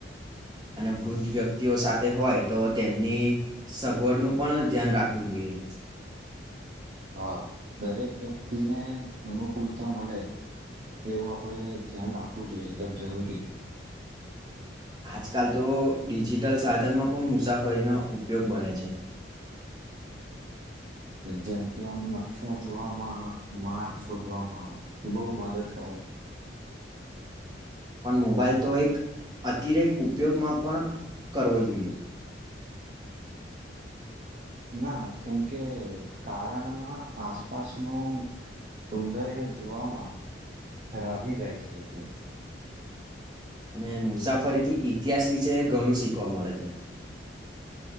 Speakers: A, on the right (about 20°); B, on the right (about 40°).
A: અને વૃદ્ધ વ્યક્તિઓ સાથે હોય, તો તેમની સગવડનું પણ ધ્યાન રાખવું જોઈએ <inaudible>
B: હા, દરેક વ્યક્તિને, અનુકૂલતા મળે એવું આપડે ધ્યાન રાખવું, જોઈએ એકદમ જરૂરીથી
A: આજકાલ, તો ડિજિટલ સાધનમાં પણ મુસાફરીનો ઉપયોગ બને છે. <inaudible>
B: જેમ કે આમ નકશા જોવામાં માર શોધવામાં એ બહુ મદદ કર <inaudible>
A: પણ મોબાઈલ તો એક અતિરેક ઉપયોગમાં પણ કરવો જોઈએ
B: ના કેમકે કારણમાં આસ સ નું સૌંદર્ય જોવામાં રાહી જાય છે ત્યાં.
A: અને મુસાફરીથી ઇતિહાસ વિશે ઘણું શીખવા મળે છે. <inaudible>